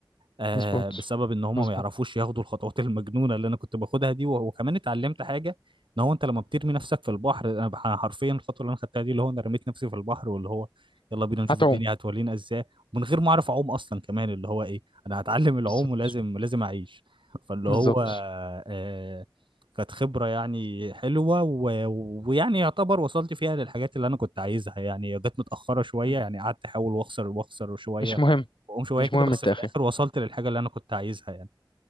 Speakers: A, on the right; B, on the left.
A: آه،
B: مظبوط
A: بسبب ان هم
B: مظبوط
A: ما يعرفوش ياخدوا الخطوات <laughs> المجنونه اللي انا كنت باخدها دي و- وكمان اتعلمت حاجه ان هو انت لما بترمي نفسك في البحر انا بح- حرفيا الخطوه اللي انا خدتها دي اللي هو انا رميت نفسي في البحر واللي هو يلا بينا نشوف
B: هتعوم
A: الدنيا هتولينا ازاي ومن غير ما اعرف اعوم اصلا كمان اللي هو ايه انا هتعلم العوم
B: بالظبط
A: ولازم لازم اعيش فاللي
B: بالظبط
A: هو آه، كانت خبره يعني حلوه و- ويعني يعتبر وصلت فيها للحاجات اللي انا كنت عايزها يعني جت متاخره شويه
B: م.
A: يعني قعدت احاول واخسر واخسر شويه
B: مش مهم
A: واقوم شويه
B: مش
A: كده
B: مهم
A: بس
B: التأخير
A: في الاخر وصلت للحاجه اللي انا كنت عايزها يعني